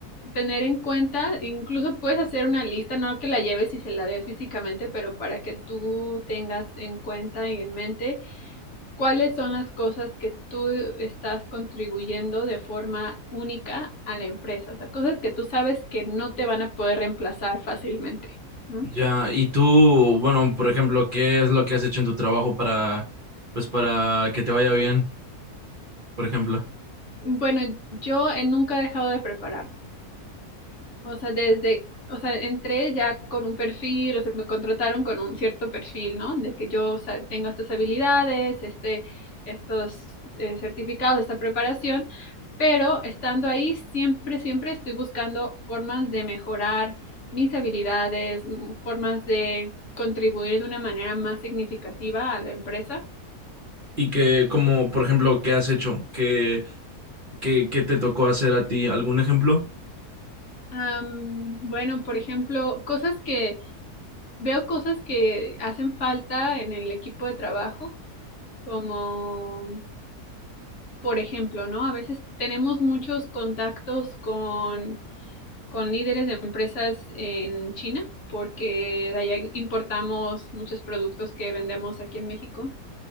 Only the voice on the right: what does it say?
Ya, y tú, bueno, por ejemplo, ¿qué es lo que has hecho en tu trabajo para, pues, para que te vaya bien, por ejemplo?
Y que, como, por ejemplo, ¿qué has hecho? ¿Qué, qué, qué te tocó hacer a ti? ¿Algún ejemplo?